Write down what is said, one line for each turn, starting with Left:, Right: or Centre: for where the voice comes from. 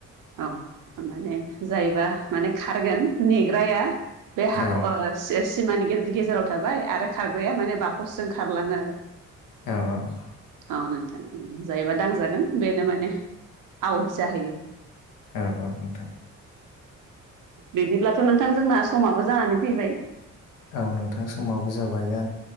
Right: औ माने जायोबा माने खारगोन नेग्राया बे हाखर
Left: औ
Right: से-सिमानि गेजे-गेजेराव थाबाय आरो खारग्राया माने बाखसजों खारलाङो आरो।
Left: औ औ।
Right: औ नोंथां जायोबा दांजागोन बेनो माने आउट जाहैयो।
Left: औ नोंथां
Right: बिदिब्लाथ' नोंथां जोंना समाबो जानानै फैबाय।
Left: औ नोंथां समाबो जाबाय दे